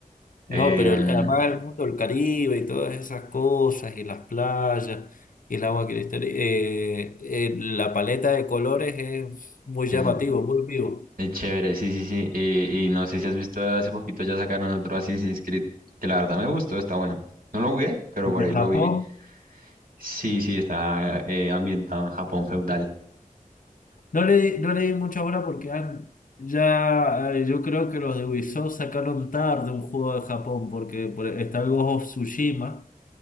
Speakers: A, on the left (about 65°); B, on the right (about 75°).
A: No,
B: Em,
A: pero el- además el mundo del Caribe y todas esas cosas, y las playas, y el agua cristal, eh, eh, la paleta de colores es muy
B: es,
A: llamativo, muy vivo.
B: es chévere, sí, sí, sí. y y no sé si has visto hace poquito ya sacaron otro Assassin's Creed, que la verdad me gustó, está bueno. No lo jugué, pero
A: El
B: por
A: de
B: ahí
A: Japón,
B: lo vi. Sí, sí, está eh, ambientado en Japón feudal.
A: no le, di- no le di mucha hora porque han- ya eh, yo creo que los de Ubisoft sacaron tarde un juego de Japón, porque por- está el Ghost of Tsushima.